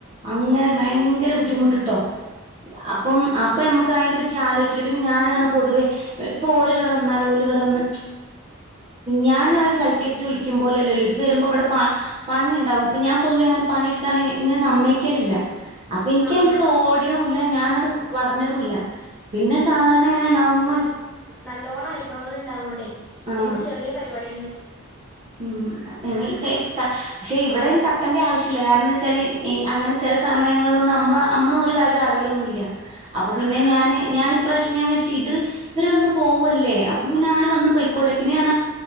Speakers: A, on the right; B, in the centre.
A: അങ്ങനെ ഭയങ്കര ബുദ്ധിമുട്ടിട്ടോ അപ്പം അപ്പൊ നമ്മുക്ക് അതിനെ പറ്റി ആലോചിച്ചില്ല പിന്നെ ഞാന് ന്ന് പറഞ്ഞാ പൊതുവേ ഇപ്പൊ ഓരിവിടെ വന്നാലും ഓല് ഇവിടെ വന്ന് ഞാൻ സൽക്കരിച്ച് വിളിക്കുമ്പോലല്ലല്ലോ ഇത് വരുമ്പോ ഇവിടെ പ പണി ഉണ്ടാവും അപ്പൊ ഞാൻ പൊതുവേ അങ്ങനെ പണിയെടുക്കാന് ഞാൻ സമ്മയ്ക്കലില്ല. അപ്പൊ എനിക്കയ്ന്റെ
B: ആഹ് ആഹ്
A: ടോ <unintelligible> ഞാനത് പറഞ്ഞതൂല്ല പിന്നെ സാധാണ ഇങ്ങനെ ഇണ്ടാവുമ്പോ
B: നല്ലോണ്ണം അനുഭവങ്ങൾ ഉണ്ടാവോണ്ടേ
A: ആഹ്
B: എന്ത് ചെറിയ പരിപാടി
A: ഉം എനിക്ക പക്ഷേ ഇവിടെേന്ന് കട്ടന്റെ ആവശ്യല്ല കാരണച്ചാല് അങ്ങനെ ചില സമയങ്ങൾലൊന്ന് നമ്മൾ നമ്മള ഒരു കാര്യം അറിയലൊന്നൂല്ല അപ്പൊ പിന്നെ
B: ആഹ് ആഹ്
A: ഞാന് ഞൻ പ്രശ്യം ഞാൻ വിരിച്ചു ഇത് ഇവര് വന്ന് പോവല്ലേ അപ്പൊ ഞാൻ വന്ന് പോയ്ക്കോട്ടെ പിന്നെ ഞാൻ